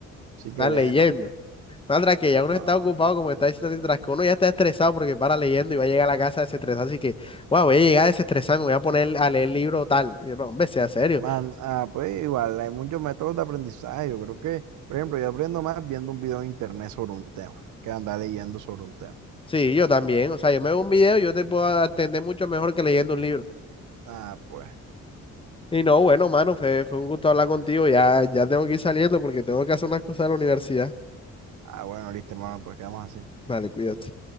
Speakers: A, on the right; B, on the left.
A: sí que
B: a
A: leen,
B: leyendo?
A: no.
B: Sandra, que ya uno
A: No,
B: está
A: no,
B: ocupado,
A: no.
B: como está diciendo mientras que uno ya está estresado porque para leyendo y va a llegar a la casa desestresado, así que, wow, voy a llegar a desestresar, me voy a poner a leer libro tal. Y Yo, no, hombre, sea serio.
A: Man, ah, pues igual, hay muchos métodos de aprendizaje. Yo creo que, por ejemplo, yo aprendo más viendo un video en internet sobre un tema que andar leyendo sobre un tema.
B: Sí, yo también, o sea, yo me veo un video y yo te puedo atender mucho mejor que leyendo un libro.
A: Ah, pues.
B: Y no, bueno, mano, fue, fue un gusto hablar contigo, ya, ya tengo que ir saliendo porque tengo que hacer unas cosas de la universidad.
A: Ah, bueno, listo, hermano, pues quedamos así.
B: Vale, cuídate.